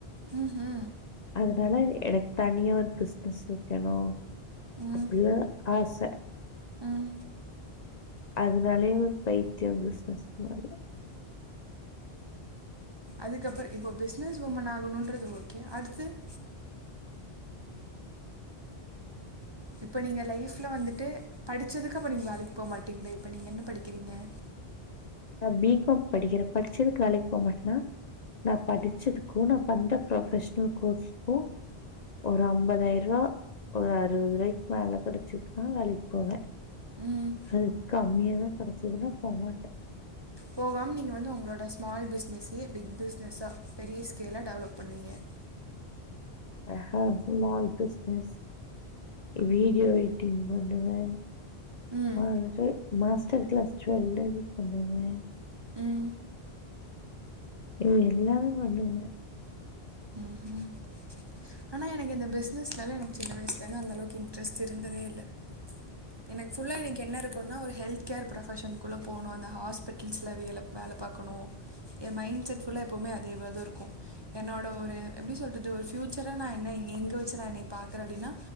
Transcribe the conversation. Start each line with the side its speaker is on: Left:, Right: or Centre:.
Right: ம்ஹூம்
Left: அதனால எனக்கு தனியா ஒரு பிசினஸ் வெக்கணு
Right: ம்
Left: அப்டிலா ஆச
Right: ம்
Left: அதனாலயே ஒரு பைத்தியோ பிசினஸ் மேல
Right: அதுக்கப்றோ இப்போ பிசினஸ் உமன் ஆகணுன்றது ஓகே அடுத்து <inaudible> இப்ப நீங்க லைஃப்ல வந்துட்டு படிச்சதுக்கு அப்ப நீங்க வேலைக்கு போமாட்டீங்ளா இப்ப நீங்க என்ன படிக்கிறீங்க <inaudible>
Left: நா பி காம் படிக்கிறே படிச்சதுக்கு வேலைக்கு போ மாட்னா நா படிச்சதுக்கு நா பண்ற ப்ரொபஷனல் கோர்ஸ்க்கு ஒரு அம்பதாயிருவா ஒரு அறுவதுருவாய்க்கு மேல கெடைச்சிதுனா வேலைக்கு போவே
Right: ம்
Left: அது கம்மியாதா கெடச்சுதுனா போமாட்டே
Right: போகாம் நீங்க வந்து உங்ளோட ஸ்மால் பிஸ்னஸ்யே பிக் பிஸ்னஸா பெரிய ஸ்கேலா டெவலப் பண்ணுவீங்க <inaudible>
Left: அ அ சுமால் பிஸ்னஸ் வீடியோ எடிட்டிங் பண்ணுவே
Right: ம்
Left: <unintelligible> மாஸ்டர் க்ளாஸ் ஜூவல்லரி பண்ணுவே
Right: ம்
Left: ம் எல்லாமே பண்ணுவே
Right: ம் ம் ஆனா எனக்கு இந்த பிஸ்னஸ்னாலே எனக் சின்ன வய்ஸலைந்து அந்தளவுக்கு இன்ட்ரெஸ்ட் இருந்ததேயில்ல எனக் ஃபுல்லா எனக் என்னருக்குன்னா ஒரு ஹெல்த் கேர் ப்ரொபஷன்க்குள்ள போனு அந்த ஹாஸ்பிட்டில்ஸ்ல வேல வேல பாக்கணு எ மைண் செட் ஃபுல்ல எப்போவ்மே அதேவதுருக்கு என்னோட ஒரு எ எப்டி சொல்றது ஒரு ஃப்யூச்சரா நா என்ன எங்க வெச்சி நா என்னய பாக்கற அப்டினா